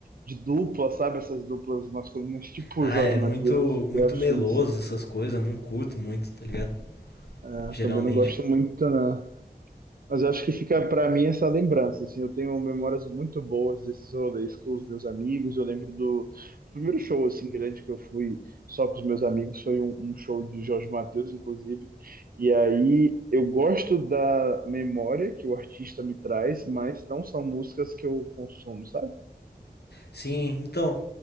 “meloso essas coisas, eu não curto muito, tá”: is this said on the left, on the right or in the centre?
Left